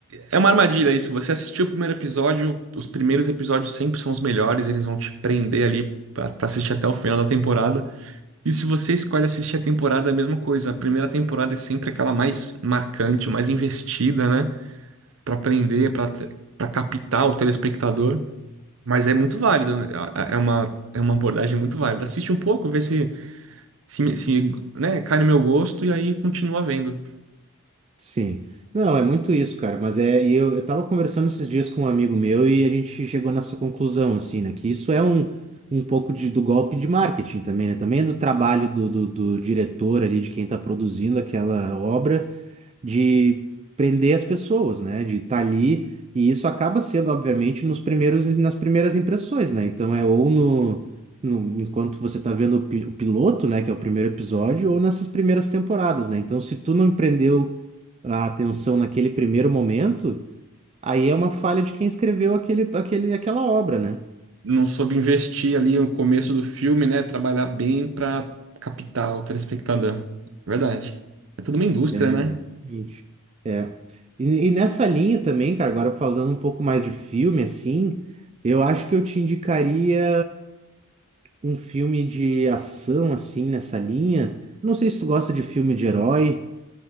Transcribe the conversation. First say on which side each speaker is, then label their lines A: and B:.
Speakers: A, on the right; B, on the right.
A: é uma armadilha isso. Você assistiu o primeiro episódio, os primeiros episódios sempre são os melhores, eles vão te prender ali pra, pra assistir até o final da temporada. E se você escolhe assistir a temporada, é a mesma coisa. A primeira temporada é sempre aquela mais marcante, mais investida, né? Pra prender, pra para captar o telespectador. Mas é muito válido, né? é é uma, é uma abordagem muito válida. Assiste um pouco, vê se, se, se, né, cai no meu gosto e aí continua vendo.
B: Sim. Não, é muito isso, cara. Mas é, e eu, eu tava conversando esses dias com um amigo meu e a gente chegou nessa conclusão, assim, né? Que isso é um, um pouco de, do golpe de marketing também, né? Também é do trabalho do, do, do diretor ali, de quem tá produzindo aquela obra de prender as pessoas, né? De estar ali. E isso acaba sendo, obviamente, nos primeiros, nas primeiras impressões, né? Então é ou no, no- enquanto você tá vendo o, pi- o piloto, né? Que é o primeiro episódio, ou nessas primeiras temporadas, né? Então, se tu não prendeu a atenção naquele primeiro momento, aí é uma falha de quem escreveu aquele, aquele, aquela obra, né?
A: Não soube investir ali no começo do filme, né? Trabalhar bem pra captar o telespectador. Verdade. É toda uma indústria,
B: É, exatamente.
A: né?
B: É. E, e nessa linha também, cara, agora falando um pouco mais de filme, assim, eu acho que eu te indicaria. um filme de ação assim nessa linha. Não sei se tu gosta de filme de herói.